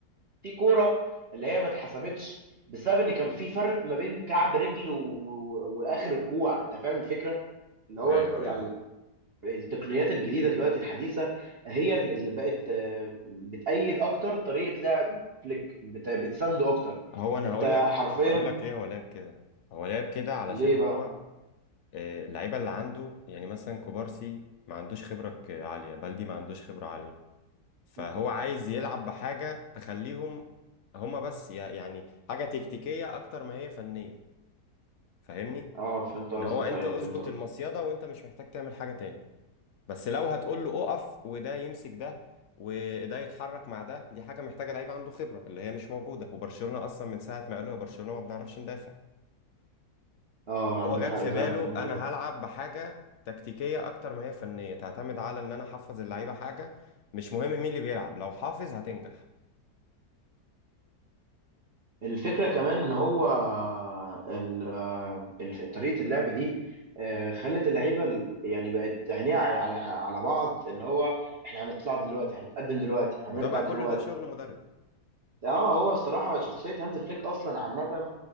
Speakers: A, on the right; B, on the left.
A: في كوره اللي هي ما اتحسبتش بسبب ان كان في فرق ما بين كعب رجل و... و... واخر الكوع انت فاهم الفكره اللي هو
B: ايوه
A: انت يعني
B: ايوه
A: التقنيات الجديده دلوقتي الحديثه هي اللي بقت آه، بتأيد اكتر طريقه لعب فليك بت- بتسانده اكتر
B: هو انا
A: انت
B: هقول لك
A: حرفيا
B: هقول لك ليه هو لعب كده هو لعب كده علشان
A: ليه
B: هو
A: بقى
B: آه، اللعيبه اللي عنده يعني مثلا كوبارسي ما عندوش خبره ك- عاليه بلدي ما عندوش خبره عاليه فهو
A: مم.
B: عايز يلعب بحاجه تخليهم هما بس ي- يعني حاجه تكتيكيه اكتر ما هي فنيه فاهمني
A: اه فهمت
B: ان
A: قصدك
B: هو انت
A: ايوه
B: اظبط
A: فهمت قصدك
B: المصيده وانت مش محتاج تعمل حاجه تاني بس لو هتقول له اقف وده يمسك ده وده يتحرك مع ده دي حاجه محتاجه لعيب عنده خبره اللي هي مش موجوده وبرشلونه اصلا من ساعه ما قالوا يا برشلونه ما بنعرفش ندافع
A: اه عندك
B: هو جت
A: حق
B: في
A: فعلا
B: باله
A: في النقطه
B: انا
A: دي
B: هلعب بحاجه تكتيكيه اكتر ما هي فنيه تعتمد على ان انا احفظ اللعيبه حاجه مش مهم مين اللي بيلعب لو حافظ هتنجح
A: الفكره كمان ان هو ال- آه، ال- طريقه اللعب دي آه، خلت اللعيبه ال- يعني بقت عينيها على على على بعض اللي هو احنا هنطلع دلوقتي هنتقدم دلوقتي هنرجع
B: ما هو ده بقى كله
A: دلوقتي
B: ده شغل مدرب
A: اه هو الصراحة شخصية هانز فليك أصلا عامة